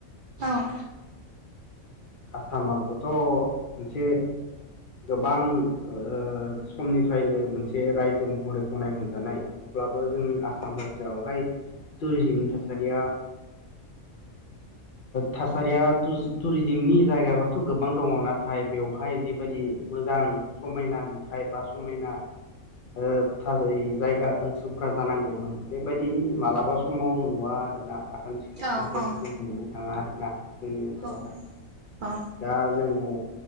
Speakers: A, on the right; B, on the left.
A: औ
B: आसामावबोथ मोनसे। गोबां ओ-समनिफ्रायनो मोनसे रायजो महरै गनाय मोनजानाय। अब्लाबो जोंनि आसाम रायजोआवहाय टुरिजिमनि थासारिया। थासारिया टुरिजिमनि जायगाफ्राथ' गोबां दङ नाथाय बेवहाय जिबायदि मोजां समायना नुथाय बा समायना <unintelligible> जायगा ओनसोलफ्रा जानांगौमोन बेबायदि मालाबा समाव नुवा आरोना साखोन सिखोन
A: औ
B: बेफोरबायदि
A: औ
B: जों नुनो मोननो थाङा आरोना जोंनि ओनसोलावहाय
A: औ औ
B: दा जोङो